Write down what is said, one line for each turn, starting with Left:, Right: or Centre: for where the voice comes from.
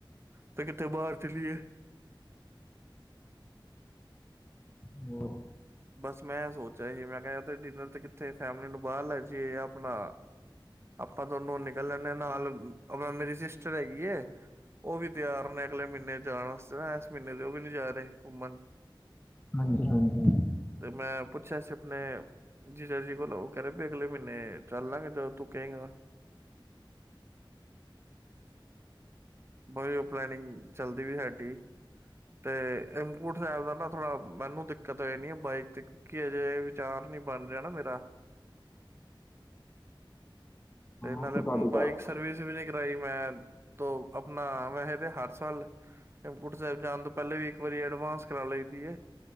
Right: ਤੇ ਕਿੱਥੇ ਬਾਹਰ ਚਲੀਏ
Left: ਹੋ
Right: ਬਸ ਮੈਂ ਸੋਚਿਆ ਸੀ ਮੈਂ ਕਿਹਾ ਤੇ ਡਿਨਰ ਤੇ ਕਿੱਥੇ ਫੈਮਿਲੀ ਨੂੰ ਬਾਹਰ ਲੈ ਜਾਈਏ ਜਾਂ ਆਪਣਾ ਆਪਾਂ ਦੋਨੋਂ ਨਿਕਲ ਲਦੇ ਨਾਲ ਮੇਰੀ ਸਿਸਟਰ ਹੈਗੀ ਹੈ ਉਹ ਵੀ ਤਿਆਰ ਨੇ ਅਗਲੇ ਮਹੀਨੇ ਜਾਣ ਇਸ ਮਹੀਨੇ ਦੇ ਉਹ ਵੀ ਨ ਜਾ ਰਹੇ ਘੁੰਮਣ
Left: ਹਾਂਜੀ ਹਾਂਜੀ
Right: ਤੇ ਮੈਂ ਪੁੱਛਿਆ ਸੀ ਆਪਣੇ ਜੀਜਾ ਜੀ ਕੋਲ ਉਹ ਕਹਿ ਰਹੇ ਵੀ ਅਗਲੇ ਮਹੀਨੇ ਚੱਲ ਲਾਂਗੇ ਜਦੋਂ ਤੂੰ ਕਹੇਗਾ ਬ ਉਹ ਪਲਨਿੰਗ ਚੱਲਦੀ ਵੀ ਸਾਡੀ ਤੇ ਇਮਕੂਟ ਸਾਹਿਬ ਦਾ ਨਾ ਥੋੜਾ ਮੈਨੂੰ ਦਿੱਕਤ ਹੋਈ ਨੀ ਬਾਈਕ ਤੇ ਕਿਉਕਿ ਅਜੇ ਵਿਚਾਰ ਨੀ ਬਣ ਰਿਹਾ ਨਾ ਮੇਰਾ ਤੇ ਨਾਲੇ
Left: ਉਹ ਤਾਂ ਤੁਹਾਡੀ
Right: ਬਾਈਕ
Left: ਗੱਲ
Right: ਸਰਵਿਸ ਵੀ ਨ ਮੈਂ ਦੋ ਆਪਣਾ ਵੈਸੇ ਤੇ ਹਰ ਸਾਲਮਕਟ ਸਾਹਿਬ ਜਾਣ ਤੋਂ ਪਹਿਲੇ ਵੀ ਇੱਕ ਵਾਰੀ ਐਡਵਾਂਸ ਕਰਾ ਲਈਦੀ